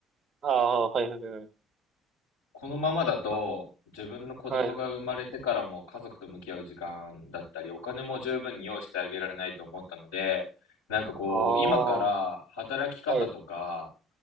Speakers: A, on the right; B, on the left.
A: ああ、はい、はい、はい。
B: このままだと、自分の子供が生まれてからも家族と向き合う時間だったり、
A: はい。
B: お金も十分に用意してあげられないと思ったので、なんかこう、
A: ああ、
B: 今から働き方とか、
A: はい、